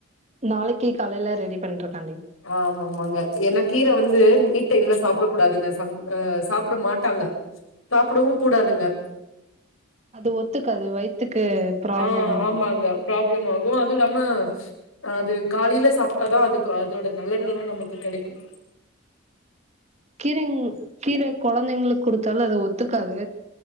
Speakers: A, on the right; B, on the left.
A: நாளைக்கு காலையில ரெடி பண்றதுக்காண்டி
B: ஆமா ஆமாங்க ஏன்னா கீரை வந்து நைட் டைம்ல சாப்ட கூடாதுங்க அ சாப்ட மாட்டாங்க சாப்டவும் கூடாதுங்க
A: அது ஒத்துக்காது வயித்துக்கு ப்ராப்ளம்
B: ஆ
A: ஆகு
B: ஆமாங்க ப்ராப்ளம் ஆகும் அதும் இல்லாம அது காலையில சாப்ட்டாதா அதுக்கு அதோட நலன் எல்லா நமக்கு கெடைக்கும்
A: கீரைங் கீரை கொழந்தைங்களுக்கு கொடுத்தாலும் அது ஒத்துக்காது